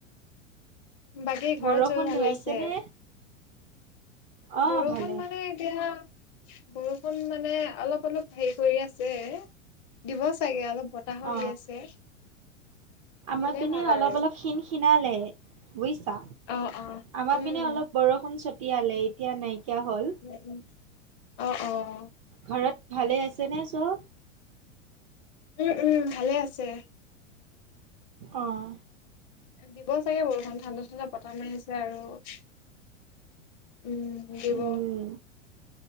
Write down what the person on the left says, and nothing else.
বাকী ঘৰত
চবে ভালে
আছে?
বৰষুণ
মানে এতিয়া বৰষুণ মানে অলপ- অলপ হেৰি কৰি আছে দিব চাগে অলপ বতাহো
দি আছে।
দিলে
ভাল
আৰু
অ', অ',
উম,
উম, উম, অ', অ',
উম, উম ভালে আছে।
দিব চাগে বৰষুণ ঠাণ্ডা-ঠাণ্ডা পতা মাৰিছে আৰু উম, দিব।